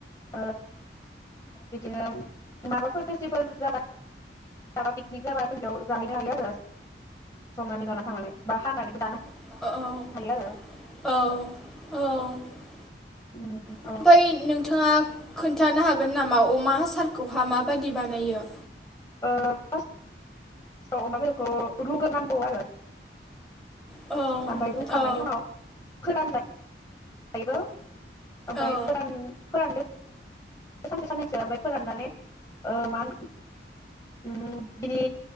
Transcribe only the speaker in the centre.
औ
औ
औ
ओमफ्राय
नोंथाङा खोन्थानो हाग हागोन नामा अमा हासारखौहा माबादि बानायो?
औ
औ औ
औ